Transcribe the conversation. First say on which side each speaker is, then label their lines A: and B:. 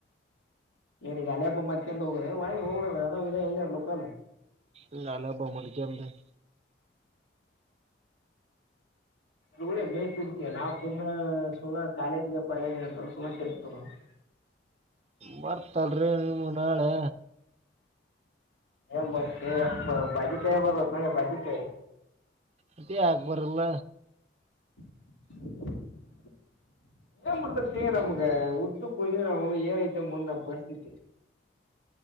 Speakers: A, on the left; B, on the right.
A: ನಿನಗ ಅಲ ಹಬ್ಬ ಮಾಡ್ಕೊಂಡ ಹೋಗೋದ ಹೋಗ ಅ ಇಲ್ಲ ಎಲ್ಲಾರ ಮುಕ್ಕನ
B: ಇಲ್ ನಾನೊಬ್ಬ <unintelligible>
A: ಇಲ್ಲೆ ಗೇಟ್ <unintelligible> ನಾವ್ ಸುಮ್ನೆ <unintelligible> ಕಾಲೇಜ್ಗೆ ಪಾಲೇಜ ಅಂತ ಸುಮ್ನೆ ತೀರ್ಗತೀರ್ಥನ್ವನು <inaudible>
B: ಬರ್ತಲ್ರಿ ನಿಮ್ಮ ನಾಳೆ
A: ಎ <unintelligible> ಭಾಜಿ ಕಾಯಿ ಬರ ಭಾಜಿ ಕಾಯಿ
B: ಅದೇ ಯಾಕೆ ಬರಲ್ಲ
A: <unintelligible> <unintelligible> ನಮಗೆ ಉದ್ದ ಕೊ ನಾವು ಏನಐತ ಮುಂದ ನಾ ಪರಿಸ್ಥಿತಿ